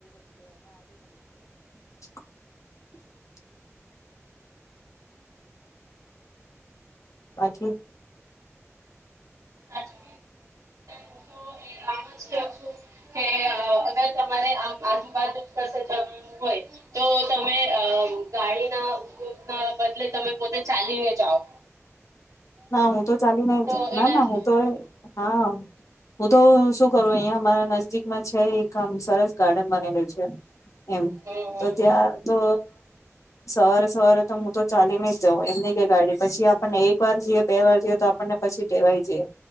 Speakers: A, on the left (about 85°); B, on the right (about 90°).
A: <unintelligible> બાકી
B: અને હું તો એ આમ જ કવ છું કે અગર તમારે આ આજુબાજુ <unintelligible> હોય તો તમે ગાડીના ના બદલે તમે પોતે ચાલીને જાઓ
A: ના હું તો ચાલી ને
B: તો એનાથી
A: ના ના હું તો હા હું તો શું કરું અહિયા અમારા નજીદીકમાં છે એક આમ સરસ ગાર્ડન બનેલું છે એમ
B: હમ હમ
A: તો ત્યાં તો સવારે સવારે તો હું તો ચાલી ને જાઉં એમની કે ગાડી પછી પણ એક એક વાર જઈએ બે વાર જઈએ તો આપણને પછી ટેવાય જઈએ